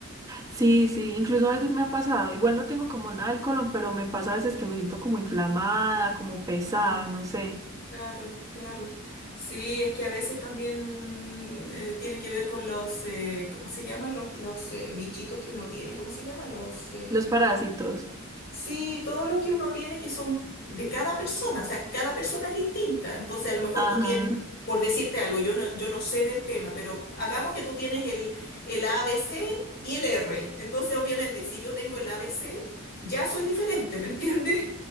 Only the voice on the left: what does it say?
Mm.
Claro, claro. Sí, es que a veces también eh, tiene que ver con los, eh, ¿cómo se llaman los, los eh, bichitos que uno tiene? ¿Cómo se llaman los...? eh,
Sí, todo lo que uno tiene que son de cada persona, o sea, cada persona es distinta. Entonces, a lo mejor
tú tienes, por decirte algo, yo no, yo no sé del tema, pero hagamos que tú tienes el, el ABC y el R. Entonces, obviamente, si yo tengo el ABC, ya soy diferente, ¿me entiendes?